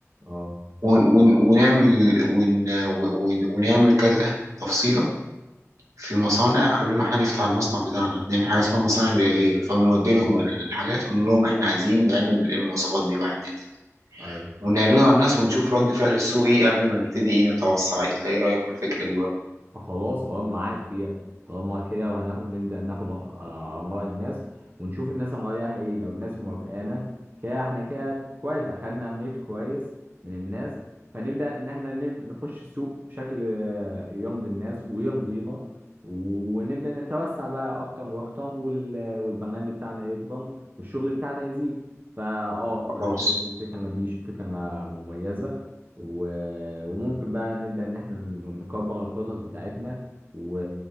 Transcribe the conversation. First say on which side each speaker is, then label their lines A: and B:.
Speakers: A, on the right (about 40°); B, on the right (about 90°).
A: اه
B: ون ون ونعمل ون ون ونعمل كذا تفصيلة في مصانع قبل ما احنا نفتح المصنع بتاعنا بنعمل حاجة اسمها مصانع للغير فبنودي لهم
A: اه
B: الحاجات ونقول لهم احنا عايزين نعمل المواصفات دي واحد اتنين تلاتة
A: أيوة.
B: ونعرضه على الناس ونشوف رد فعل السوق ايه قبل ما نبتدي ايه نتوسع انت ايه رأيك في الفكرة دي برضه؟
A: خلاص اه معاك فيها طالما كده وهناخد نبدأ ناخد آه، آراء الناس ونشوف الناس رأيها ايه لو الناس موافقانا كده احنا كده كويس اخدنا ريت كويس من الناس فنبدأ ان احنا نب- نخش السوق بشكل آه، يرضي الناس ويرضينا ونبدأ نتوسع بقى اكتر واكتر وال- والبراند بتاعنا يكبر والشغل بتاعنا يزيد فا اه
B: خلاص
A: انا شايف الفكرة دي ش- فكرة مميزة و- وممكن بقى نبدأ إن إحنا نكبر الخطط بتاعتنا و...